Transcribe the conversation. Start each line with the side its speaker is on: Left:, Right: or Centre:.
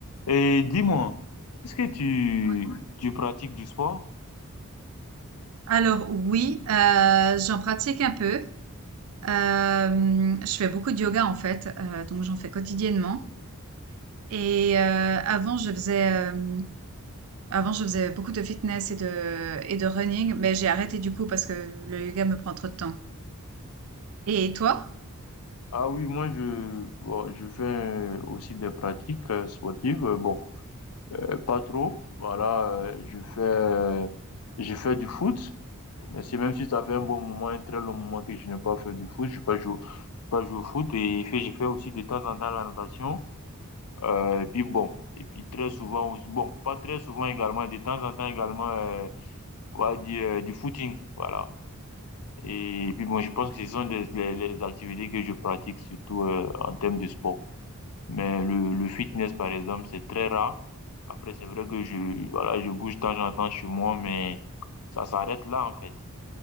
Left: Et dis-moi, est-ce que tu,
Right: Oui.
Left: tu pratiques du sport?
Right: Alors oui, euh, j'en pratique un peu. Euh, je fais beaucoup de yoga en fait, euh, donc j'en fais quotidiennement. Et euh, avant, je faisais, euh, avant, je faisais beaucoup de fitness et de et de running, mais j'ai arrêté du coup parce que le yoga me prend trop de temps. Et toi?
Left: Ah oui, moi je, bon, je fais aussi des pratiques euh, sportives. euh, Bon, euh, pas trop. Voilà, euh, je fais, je fais du foot. Mais c'est même si ça fait un bon moment, un très long moment que je n'ai pas fait du foot. Je pas joué, pas joué au foot. Et fait, je fais aussi de temps en temps la natation. Euh, et puis bon, et puis très souvent aussi, bon, pas très souvent également, de temps en temps également, euh, on va dire euh, du footing. Voilà. Et puis bon, je pense que ce sont les, les, les activités que je pratique surtout euh, en termes de sport. Mais le, le fitness, par exemple, c'est très rare. Après, c'est vrai que je, voilà, je bouge de temps en temps chez moi, mais ça s'arrête là, en fait.